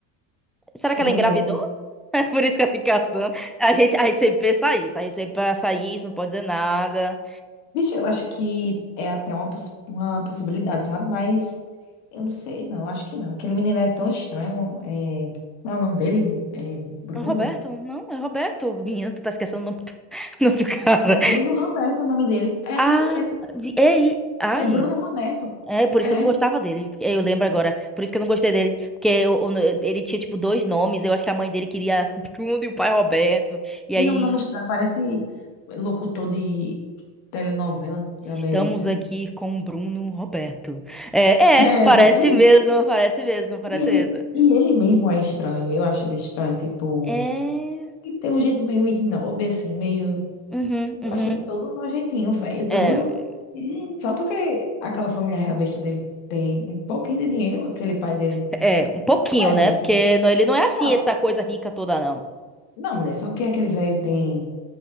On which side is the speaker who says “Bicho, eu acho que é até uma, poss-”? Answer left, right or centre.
Left